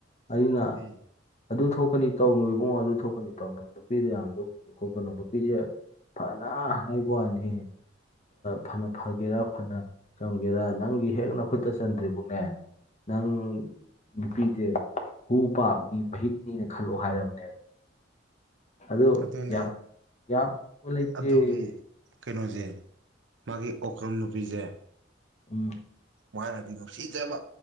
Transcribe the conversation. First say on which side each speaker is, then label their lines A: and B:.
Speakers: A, on the left; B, on the right.
A: ꯑꯩꯅ
B: ꯑꯗꯨꯅꯦ
A: ꯑꯗꯨ ꯊꯣꯛꯀꯅꯤ ꯇꯧꯅꯣ ꯏꯕꯨꯡꯉꯣ ꯑꯗꯨ ꯊꯣꯛꯀꯅꯤ ꯇꯧꯅꯣ ꯅꯨꯄꯤꯗ ꯌꯥꯝ ꯂꯨꯞꯀꯅꯣ ꯈꯣꯠꯀꯅꯣ ꯅꯨꯄꯤꯗꯤ ꯐꯥꯅ ꯍꯥꯏꯕ ꯋꯥꯅꯤ ꯐꯅ ꯐꯒꯦꯔꯥ ꯐꯅ ꯈꯪꯒꯦꯔ ꯅꯪꯒꯤ ꯍꯦꯛ ꯅꯈꯨꯨꯠꯇ ꯆꯟꯗ꯭ꯔꯤꯕꯨꯛꯅꯦ ꯅꯪ ꯅꯨꯄꯤꯁꯦ ꯍꯨ ꯄꯥꯝꯅꯤ ꯃꯍꯤꯛꯅꯤꯅ ꯈꯜꯂꯣ ꯍꯥꯏꯔꯕꯅꯦꯕ ꯑꯗꯣ
B: ꯑꯗꯨꯅꯦ
A: ꯌꯥ ꯌꯥꯕ ꯐꯩ
B: ꯑꯗꯨꯒꯤ ꯀꯩꯅꯣꯁꯦ ꯃꯥꯒꯤ ꯑꯣꯀ꯭ꯔꯝ ꯅꯨꯄꯤꯁꯦ
A: ꯎꯨꯝ
B: ꯃꯥꯅꯗꯤ ꯅꯨꯡꯁꯤꯖꯕ